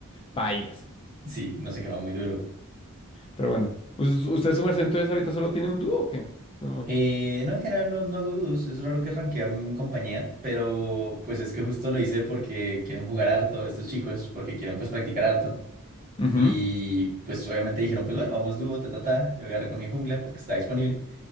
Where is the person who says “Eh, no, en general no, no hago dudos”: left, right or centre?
Right